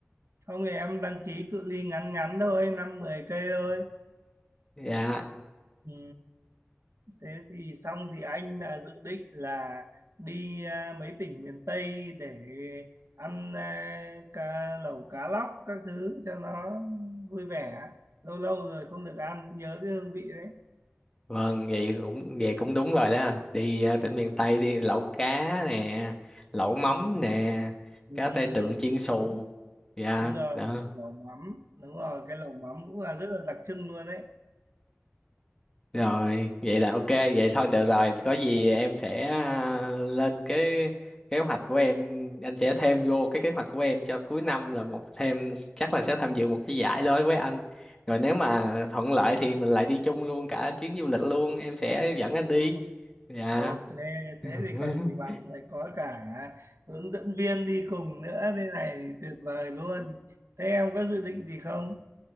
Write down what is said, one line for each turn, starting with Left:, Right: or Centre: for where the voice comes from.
Right: không thì em đăng ký cự ly ngắn ngắn thôi năm mười cây thôi
Left: dạ.
Right: ừ. thế thì xong thì anh đã dự định là đi à, mấy tỉnh miền Tây để ăn à, cá lẩu cá lóc các thứ cho nó vui vẻ lâu lâu rồi không được ăn nhớ cái hương vị đấy
Left: Vâng, vậy cũng vậy cũng đúng rồi đó anh. Đi à,
Right: ừ.
Left: tỉnh miền Tây đi lẩu cá nè, lẩu mắm
Right: Ừ.
Left: nè,
Right: Ừ.
Left: cá tai tượng chiên xù.
Right: đúng
Left: Dạ,
Right: đúng rồi
Left: đó.
Right: lẩu mắm đúng rồi cái lẩu mắm cũng là rất là đặc trưng luôn đấy
Left: Rồi, vậy là ok, vậy thôi được rồi. Có gì em sẽ à, lên cái kế hoạch của em, anh sẽ thêm vô cái kế hoạch của em cho cuối năm là một thêm chắc là sẽ tham dự một cái giải đối với anh. Rồi nếu mà thuận lợi thì mình lại đi chung luôn cả chuyến du lịch luôn, em sẽ dẫn anh đi.
Right: ừ.
Left: Dạ.
Right: Ok,
Left: <laughs>
Right: thế thì còn gì bằng lại có cả hướng dẫn viên đi cùng nữa thế này thì tuyệt vời luôn. Thế em có dự định gì không?